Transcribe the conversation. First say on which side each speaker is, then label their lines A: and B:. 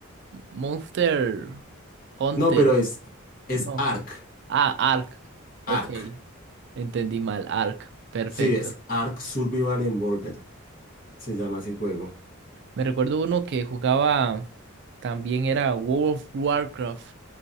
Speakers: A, on the right (about 55°); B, on the left (about 45°).
A: Monster Hunter.
B: No, pero es, es
A: No.
B: Ark.
A: Ah, Ark. Ok,
B: Ark.
A: entendí mal. Ark. Perfecto.
B: Sí, es Ark Survival Involved. Se llama ese juego.
A: Me recuerdo uno que jugaba también era World of Warcraft.